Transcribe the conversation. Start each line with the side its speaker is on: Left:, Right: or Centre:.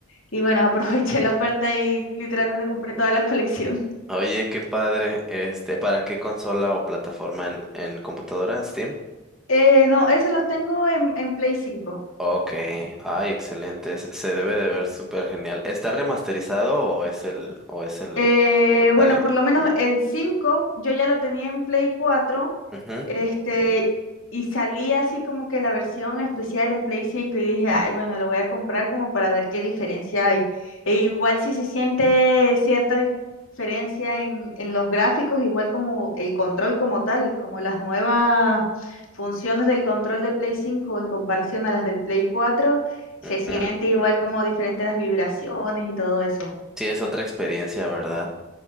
Left: Y bueno, <laughs> aproveché la oferta y literalmente compré toda la colección.
Centre: oye, qué padre. Este, ¿para qué consola o plataforma en, en computadora en Steam?
Left: Eh, no, esos los tengo en, en Play cinco
Centre: Ok, ay, excelente. Se se debe de ver súper genial. ¿Está remasterizado o es el, o es el,
Left: Eh, bueno,
Centre: salió?
Left: por lo menos el 5, yo ya lo tenía en Play cuatro,
Centre: Ujú,
Left: este, y salía así como que la versión especial en Play cinco y dije, ay, bueno, lo voy a comprar como para ver qué diferencia hay. E igual si se siente cierta dif- diferencia en, en los gráficos, igual como el control como tal, como las nuevas funciones del control de Play cinco en comparación a las del Play cuatro, se
Centre: ujú.
Left: siente igual como diferentes las vibraciones y todo eso.
Centre: Sí, es otra experiencia, ¿verdad?